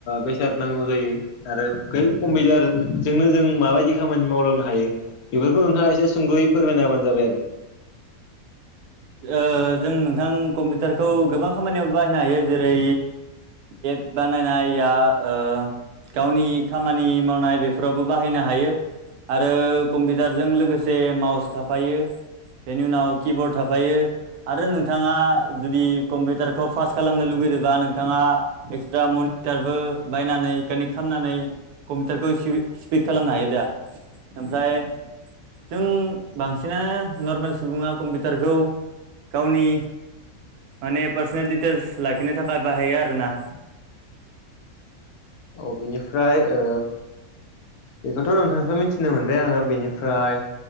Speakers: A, on the left; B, on the right.
A: बेसाद नांगौ जायो आरो बे कम्पिउटारजोंनो जों माबायदि खामानि मावलांनो हायो बेफोरखौ नोंथाङा एसे सुंद'यै फोरमायना होबानो जाबाय आरो।
B: <inaudible> ओ जों नोंथां कम्पिउटारखौ गोबां खामानियाव बाहायनो हायो जेरै एप बानायनाय इया ओ गावनि खामानि मावनाय बेफोरावबो बाहायनो हायो। आरो कम्पिउटारजों लोगोसे माउस थाफायो बेनि उनाव किबर्ड थाफायो आरो नोंथाङा जुदि कम्पिउटारखौ पास खालामनो लुगैदोबा नोंथाङा एक्सट्रा मनिटरबो बायनानै कानेक्ट खालामनानै कम्पिउटारखौ सि स्पिड खालामनो हायो दा ओमफ्राय जों बांसिनानो नरमेल सुबुङा कम्पि फिटारखौ गावनि माने पार्सनेल दिटेलस लाखिनिनो थाखा बाहायो आरोना। <inaudible>
A: अ बेेनिफ्राय ओ बेखौथ' नोंथांनिफ्राय मिथिनो मोनबाय आङो बेनिफ्राय